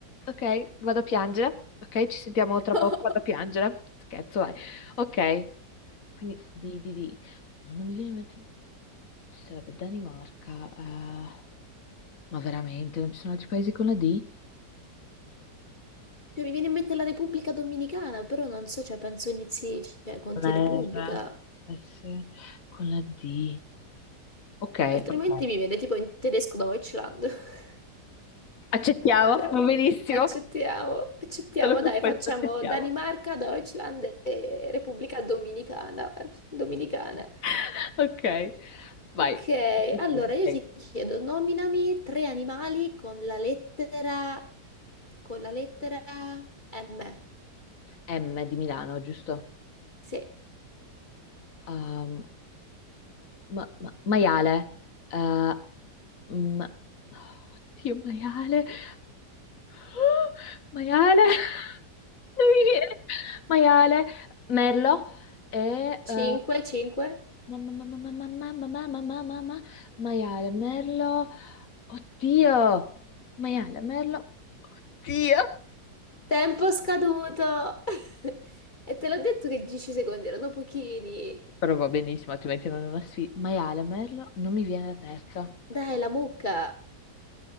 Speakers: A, on the left; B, on the left.
A: ok, vado a piangere. Ok, ci sentiamo
B: <laughs>
A: tra poco, vado a piangere. Scherzo, vai. Ok, quindi di, di, di. No, non mi viene in mente... Ci sarebbe Danimarca. eh, Ma veramente, non ci sono altri paesi con la D?
B: Cioè, mi viene in mente la Repubblica Dominicana, però non so, cioè, penso inizi, cioè, conti
A: Con
B: Repubblica.
A: la R. S. Con la D. Ok,
B: Altrimenti
A: ok.
B: mi viene tipo in tedesco Deutschland. <laughs>
A: Accettiamo,
B: Però
A: va benissimo.
B: accettiamo, accettiamo,
A: Solo per
B: dai,
A: questo
B: facciamo
A: accettiamo.
B: Danimarca, Deutschland e Repubblica Dominicana. Dominicana.
A: <laughs> Ok, vai.
B: Ok,
A: Ok.
B: allora io ti chiedo, nominami tre animali con la lettera, con la lettera M.
A: M di Milano, giusto?
B: Sì,
A: Um, ma- ma- maiale. Eh, ma- oddio, maiale. <gasps> Oh, Maiale. <laughs> Non mi viene. Maiale. Merlo. E...
B: 5,
A: eh,
B: 5.
A: Mamma, mamma, mamma, mamma, mamma, mamma, mamma, maiale, merlo, oddio, maiale, merlo, Dio,
B: Tempo scaduto! <laughs> E te l'ho detto che 10 secondi erano pochini.
A: Però va benissimo, altrimenti non è una sfida. Maiale, merlo, non mi viene la terza.
B: Dai,
A: Che
B: la mucca,